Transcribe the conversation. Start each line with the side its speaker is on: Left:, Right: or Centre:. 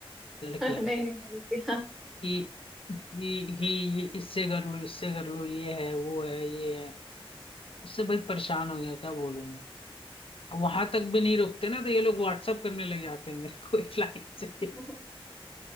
Left: लड़कियां
Centre: <laughs> नहीं नहीं बोलती
Left: कि कि कि ये इससे कर लो इससे कर लो ये है वो है ये है उससे भाई परेशान हो गया क्या बोलूं मैं अब वहां तक भी नहीं रुकते ना तो ये लोग व्हाट्सअप करने लग जाते हैं मेरे को एक लाइन से कि
Centre: <laughs>